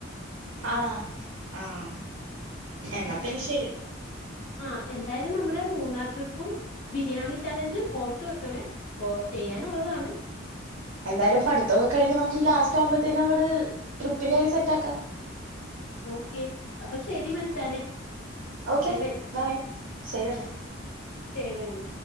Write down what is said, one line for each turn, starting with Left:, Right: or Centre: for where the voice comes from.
Right: ആണോ ആഹ എന്നാ പിന്നെ ശരി
Left: ആ എന്തായാലും നമ്മുടെ മൂന്നാംർ ട്രിപ്പും ബിരിയാണി ചലഞ്ചും ഓർത്ത് വെക്കണേ ഇപ്പ ചെയ്യ ചെയാനുള്ളതാണ്
Right: എന്തായാലും പഠിംൊക്കെ കഴിഞ്ഞ് നമുക്ക് ലാസ്റ്റ് ആകുമ്പോഴത്തേനും അ ട്രിപ്പിന്റെ കാര്യം സെറ്റ് ആക്കാം
Left: ഓക്കെ അപ്പൊ ശരി വച്ചാനെ
Right: ഓക്കെ
Left: ബൈ ബൈൈ
Right: ബൈ ശരി എന്നാ
Left: ശരി അമ്മ